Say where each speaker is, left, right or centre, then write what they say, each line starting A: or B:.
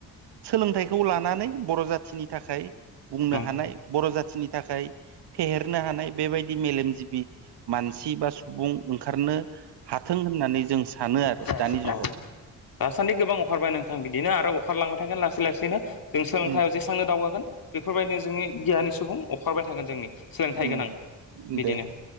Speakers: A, on the right; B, on the left.
A: सोलोंथाइखौ लानानै बर' जाथि नि थाखाय बुंनो
B: औ
A: हानाय बर' जा थिनि थाखाय फेहेरनो हानाय बेबायदि मेलेमजिबि मानसि बा सुबुं ओंखारनो हाथों होननानै जों सानो
B: <unintelligible>
A: आरो दानि जुगाव
B: दासान्दि गोबां अखारबाय नोंथां बिदिनो आरो अखारलांबाय थागोन लासै लासैनो जों सोलोंथाइयाव
A: उम
B: जेसांनो दावगागोन बेफोरबायदिनो जोंनि गियााननि सुबुं अखारबाय थागोन जोंनि सोलोंथाइ
A: उम
B: गोनां बिदिनो
A: दे